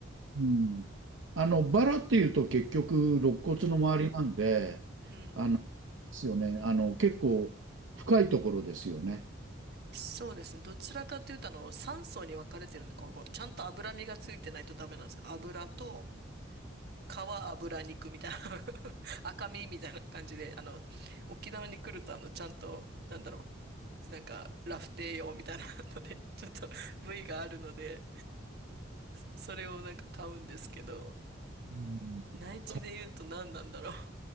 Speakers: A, on the right; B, on the right.
A: うん。あの、バラっていうと結局、肋骨の周りなんで、
B: うん。
A: あの、ですよね。あの、結構深いところですよね。
B: そうですね。どちらかというと、あの、3層に分かれてるんで、この、このちゃんと脂身がついてないとダメなんですよ。油と、皮、油、肉みたいな <laughs> 赤身みたいな感じで、あの、沖縄に来ると、あの、ちゃんと、なんだろう、なんか、ラフテー用みたいなので、<laughs> ちょっと部位があるので、そそれをなんか買うんですけど、
A: うん。
B: 内地で言うと何なんだろ
A: か